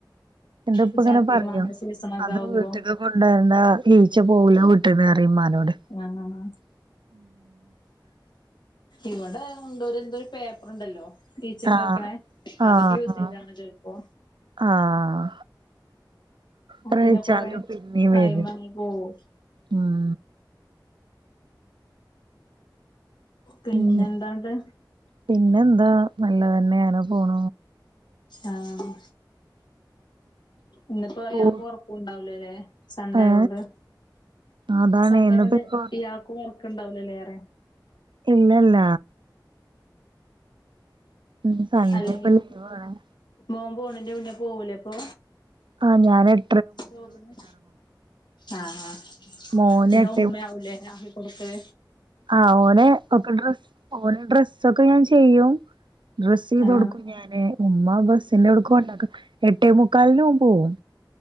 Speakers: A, on the right; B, on the left.
A: എന്റ്പ്പങ്ങനെ
B: ഈ ചക്കയും
A: പറയും
B: മാങ്ങ സീസണൊക്കെ
A: അതും
B: ആവുമ്പോ
A: വ്ട്ട്ക്ക് കൊണ്ടരണ്ട ഈച്ച പോകൂല വീട്ട്ന്ന്റയുംമ്മാനോട്
B: ആഹ് ആഹ് ആഹ് ഇവിടെ ഉണ്ടോര്ന്തോരു പേപ്പർണ്ടല്ലോ ഈച്ചക്ക്
A: ആഹ്
B: വെക്കണേ
A: ആഹ്
B: അതൊക്കെ യൂസ്
A: ആഹ്
B: ചെയ്താണ് ചെൽപ്പോ
A: ആഹ് ത്രച്ചാലും
B: പിന്നെ കൊറേ
A: പിന്നേം വരും
B: അയിമങ്ങ് പോവും
A: ഉം
B: പിന്നെന്താണ്ട്
A: ഉം പിന്നെന്താ നല്ല തന്നെയന്നെ പോണ്
B: ആഹ് ഇന്ന്പ്പോ
A: ഓ
B: യാക്ക് ഒറക്കോണ്ടാവൂലല്ലേ സൺണ്ടേ
A: ഏ
B: ആയോണ്ട്
A: അതാണ്
B: സൺഡേ
A: ഇന്നിപ്പോ
B: ആയോണ്ട്
A: ഇപ്പൊ
B: ഇയാക്കും ഒറക്ക്ണ്ടാവൂലല്ലേറയാ
A: ഇല്ലല്ല ഉം സൺഡേപ്പൊ
B: അല്ലെങ്കിൽ
A: ലീവ് ആണ്
B: മോൻ പോണേന്റെ മുന്നെ പോവല്ലേപ്പൊ
A: ആഹ് ഞാനെട
B: ജോബ്ന് ആഹ് ആഹ്
A: മോന്
B: പിന്നെ
A: എട്ടേ
B: ഉമ്മയാവുംലേ കൊടുക്ക്വേ
A: ആഹ് ഓലെ ഒക്കെ ഡ്രസ്സ് ഓലെ ഡ്രസ്സൊക്കെ ഞാൻ ചെയ്യും ഡ്രസ്സ്‌ ചെയ്ത്
B: ആ
A: കൊടുക്കും ഞാന് ഉമ്മാ ബസ്സിന്റെ അവ്ട്ക്ക് കൊണ്ടാക്കും എട്ടേമുക്കാലിന് മുമ്പ് പോവും